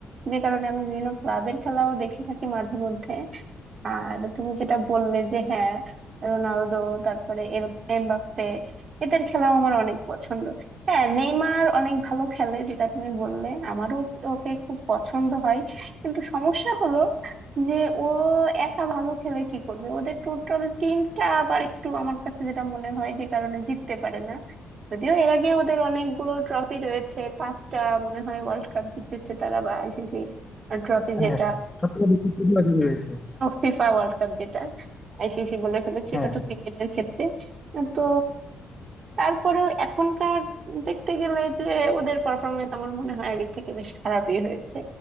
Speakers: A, on the right (about 55°); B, on the left (about 15°).
A: যে কারণে আমি বিভিন্ন ক্লাবের খেলাও দেখে থাকি মাঝে মধ্যে আর তুমি যেটা বললে যে হ্যাঁ রোনালদো তারপরে এম- এমবাপ্পে এদের খেলাও আমার অনেক পছন্দ হ্যাঁ নেইমার অনেক ভালো খেলে যেটা তুমি বললে আমারও ওকে খুব পছন্দ হয় কিন্তু সমস্যা হলো যে ও একা ভালো খেলে কি করবে ওদের টোটাল টিমটা আবার একটু আমার কাছে যেটা মনে হয় যে কারণে জিততে পারে না যদিও এর আগে ওদের অনেকগুলো ট্রফি রয়েছে পাঁচটা মনে হয় ওয়ার্ল্ড কাপ জিতেছে তারা বা আইসিসি ট্রফি
B: হ্যাঁ
A: যেটা
B: সব থেকে বেশি প্রিয় অধিকারী রয়েছে
A: ফিফা ওয়ার্ল্ড কাপ যেটা আইসিসি বলে ফেলেছে
B: হ্যাঁ
A: এটা তো ক্রিকেটের ক্ষেত্রে তো তারপরেও এখনকার দেখতে গেলে যে ওদের পারফরমেন্স আমার মনে হয় আগের থেকে বেশ খারাপই হয়েছে